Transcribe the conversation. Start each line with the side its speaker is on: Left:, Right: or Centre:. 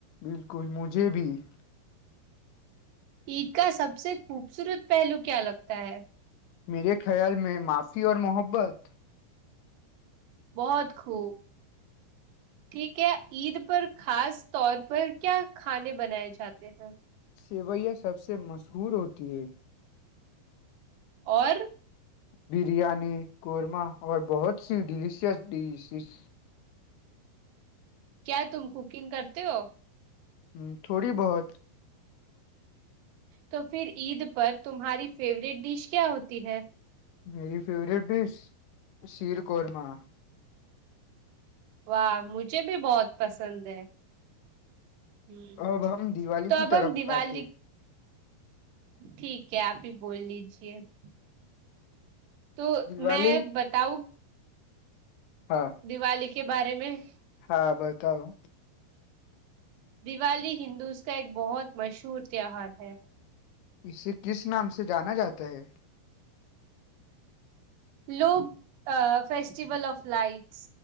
Left: بالکل مجھے بھی <unintelligible>
Right: عید کا سب سے خوبصورت پہلو کیا لگتا ہے
Left: میرے خیال میں معافی اور محبت
Right: بہت خوب ٹھیک ہے عید پر خاص طور پر کیا کھانے بنائے جاتے ہیں
Left: سیویا سب سے مشہور ہوتی ہے
Right: اور
Left: بریانی قورمہ اور بہت سی ڈیلیشس ڈز
Right: کیا تم کوکنگ کرتے ہو
Left: ہ تھوڑی بہت
Right: تو پھر عید پر تمہاری فیوریٹ ڈش کیا ہوتی ہے
Left: میری فیوریٹ ڈش شیر قورما
Right: واہ مجھے بھی بہت پسند ہے ہ
Left: اب ہم دیوالی
Right: تو
Left: کی
Right: اب
Left: طرف
Right: ہم دیوالی
Left: آتے
Right: ٹھیک ہے آپ ہی بول لیجیے <unintelligible> تو
Left: دیوالی
Right: میں بتاؤں <unintelligible>
Left: ہاں
Right: دیوالی کے کے بارے میں <unintelligible>
Left: ہاں بتاؤ <unintelligible>
Right: دیوالی ہندوز کا ایک بہت مشہور تیوار ہے
Left: اسے کس نام سے جانا جاتا ہے
Right: لوگ فسٹیول آف لائٹس